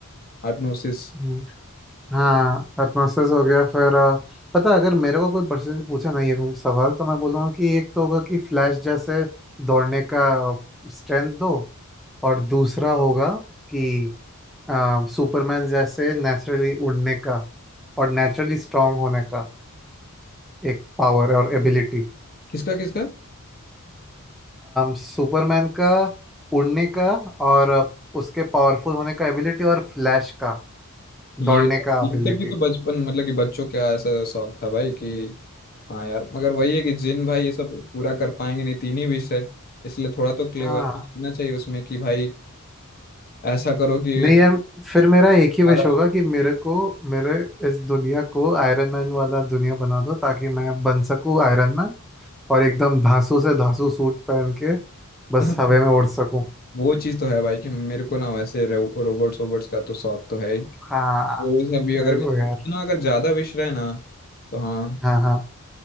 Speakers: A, on the left; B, in the centre.
A: हाइपनोसिस
B: हम्म, हाँ एटमोसफेयर हो गया फिर अ, पता है, अगर मेरे को कोई पर्सन पूछे ना ये सवाल तो मैं बोलूँगा कि एक तो होगा कि फ्लैश जैसे दौड़ने का स्ट्रेंथ दो और दूसरा होगा कि अ, सुपरमैन जैसे नेचुरली उड़ने का और नेचुरली स्ट्रांग होने का एक पावर और एबिलिटी
A: किसका किसका
B: सुपरमैन का उड़ने का और उसके पावरफुल होने का एबिलिटी और फ्लैश का
A: ये
B: दौड़ने का
A: ये
B: एबिलिटी
A: सब भी तो बचपन मतलब कि बच्चों का ऐसा शौक था भाई कि हाँ यार मगर वही है कि जिन भाई ये सब पूरा कर पाएंगे नहीं तीन ही विषय इसलिए थोड़ा तो क्लेवर
B: हाँ
A: होना चाहिए उसमें कि भाई ऐसा करो कि
B: नहीं यार फिर मेरा एक ही विश
A: ज्यादा
B: होगा कि मेरे को मेरे इस दुनिया को आयरन मैन वाला दुनिया बना दो ताकि मैं बन सकूं आयरन मैन और एकदम धांसू से धांसू सूट पहन के बस
A: <laughs>
B: हवा में उड़ सकूं
A: वो चीज तो है भाई कि मेरे को ना वैसे रो, रोबोट्स वोबोट्स का तो शौक तो है ही
B: हाँ
A: वो सब भी अगर
B: मेरे को यार
A: ना अगर ज्यादा विश रहे ना तो हाँ
B: हाँ हाँ